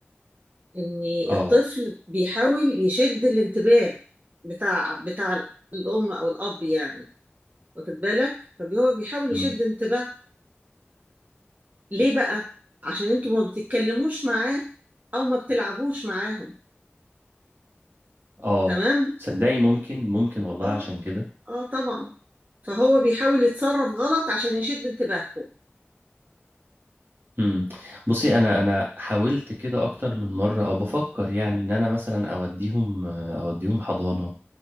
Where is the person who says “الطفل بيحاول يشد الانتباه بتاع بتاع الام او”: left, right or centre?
Right